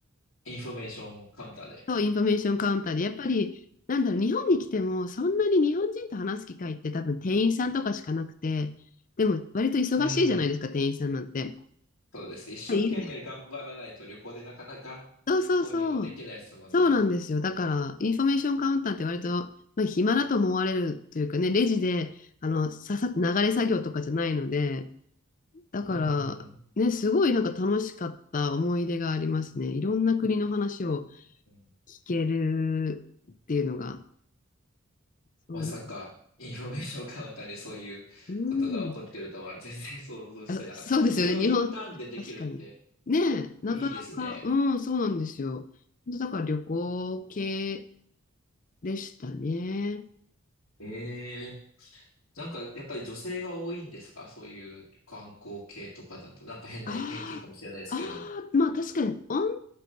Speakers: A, on the left (about 80°); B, on the left (about 40°).
A: インフォメーションカウンターで。
B: そう、インフォメーションカウンターで、やっぱり、なんだろう、日本に来てもそんなに日本人と話す機会って多分店員さんとかしかなくて、でも割と忙しいじゃないですか、
A: うん。
B: 店員さんなんて。
A: そうですね。一生懸命頑張らないと旅行でなかなか交流はできないですもんね。
B: はいそうそうそう。そうなんですよ。だから、インフォメーションカウンターって割と、まあ、暇だと思われるというかね、レジで、あの、ささ、流れ作業とかじゃないので、だから、
A: うんうんうん。
B: ね、すごいなんか楽しかった思い出がありますね。いろんな国の話を
A: うん
B: 聞けるっていうのが。そうだ、
A: まさか、インフォメーションカウンターでそういうことが起こってるとは全然想像してなかったです。
B: うん。あ、そうですよね。
A: それをインターンでできるって
B: 日本、確かに。ねえ、なかなか、
A: いいですね。
B: うん、そうなんですよ。本当だから旅行系でしたね。
A: ええなんか、やっぱり女性が多いんですかそういう観光系とかだと。なんか変な偏見かもしれないですけれども。
B: ああ、ああ、まあ確かに女の